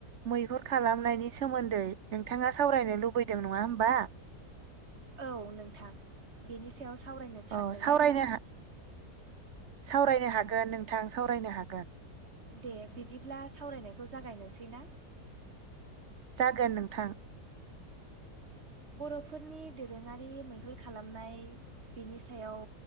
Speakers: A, on the right; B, on the right.
A: मैहुर खालामनायनि सोमोन्दै नोंथाङा सावरायनो लुबैदों नङा होमबा?
B: औ नोंथां बेनि सायाव सावरायनो सानदों
A: अ सावरायनो
B: आङो
A: हा सावरायनो हागोन नोंथां सावरायनो हागोन।
B: दे बिदिब्ला सावरायनायखौ जागायनोसै ना?
A: जागोन नोंथां।
B: बर'फोरनि दोरोङारि मैहुर खालामनाय बेनि सायाव